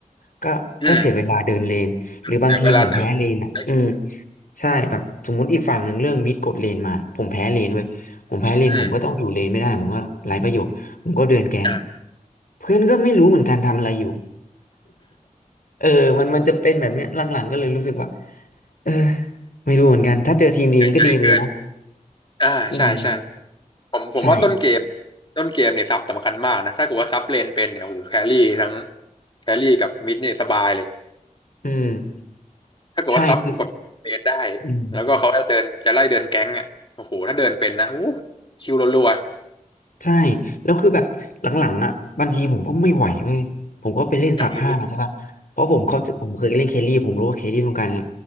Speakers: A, on the left; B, on the left.
A: ก็ก็เสียเวลาเดินเลนหรือบางทีผมแพ้เลนอ่ะอืม
B: อืมเดี๋ยวเวลาเดินได้
A: ใช่แบบสมมุติอีกฝั่งหนึ่งเรื่องมิดกดเลนมาผมแพ้เลนเว้ยผมแพ้เลนผมก็ต้องอยู่เลนไม่ได้ผมก็ไร้ประโยชน์ผมก็เดินแก๊ง
B: อืมอ่า
A: เพื่อนก็ไม่รู้เหมือนกันทำอะไรอยู่ <laughs> เออมันมันจะเป็นแบบเนี้ยหลังๆก็เลยรู้สึกว่าเออไม่รู้เหมือนกันถ้าเจอทีมดีมันก็ดีไปเลยเนาะ
B: ไม่เกินอ่าใช่ใช่
A: อืม
B: ผมผมว่าต้นเกม
A: ใช่
B: ต้นเกมเนี่ยซับสำคัญมากนะถ้าเกิดว่าซับเลนเป็นเนี่ยโอ้โหแครี่ทั้งแครี่กับมิดเนี่ยสบายเลย
A: อืม
B: ถ้าเกิดว่าซับกับเลนได้
A: ใช่คืออืม
B: แล้วก็เขาจะเดินจะไล่เดินแก๊งอ่ะโอ้โหถ้าเดินเป็นนะโอ้โหคิวรัว
A: ใช่แล้วคือแบบหลังๆอ่ะบางทีผมก็ไม่ไหวเว้ยผมก็ไปเล่นสับห้าใช่ป่ะเพราะผมเขาผมเคยเล่นเคลลี่ผมรู้ว่าเคลลี่ต้องการไง
B: ๆเออ